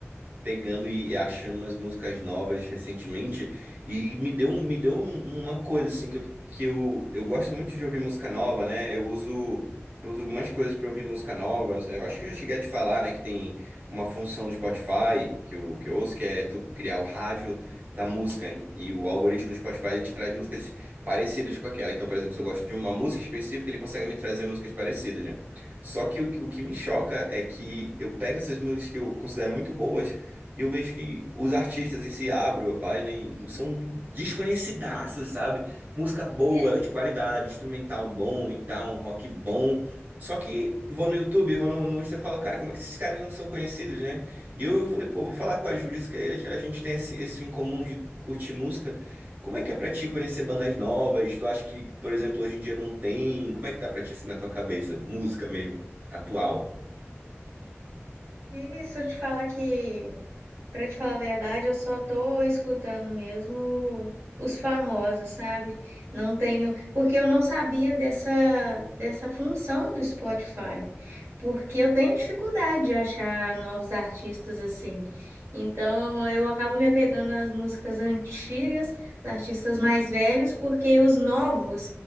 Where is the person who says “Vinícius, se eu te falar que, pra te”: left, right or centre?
Right